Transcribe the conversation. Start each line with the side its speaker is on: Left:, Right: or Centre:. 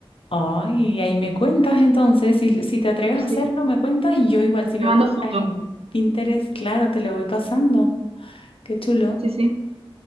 Left: Ay, ahí me cuentas entonces, si, si te atreves
Right: Pues
Left: a hacerlo,
Right: sí,
Left: me cuentas y yo igual si veo
Right: te mando
Left: cosas
Right: foto.
Left: en Pinterest, claro, te lo voy pasando. Qué chulo.
Right: Sí, sí.